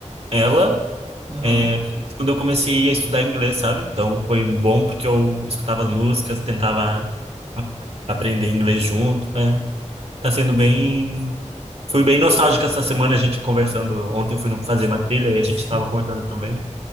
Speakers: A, on the right; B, on the right.
A: ela,
B: Aham.
A: é, principalmente quando eu comecei a estudar inglês, sabe? Então foi bom porque eu escutava as músicas, tentava a- aprender inglês junto. É, tá sendo bem.
B: sim,
A: Fui bem nostálgico essa semana, a gente conversando. Ontem eu fui no- fazer uma trilha e a gente
B: sim.
A: estava conversando também.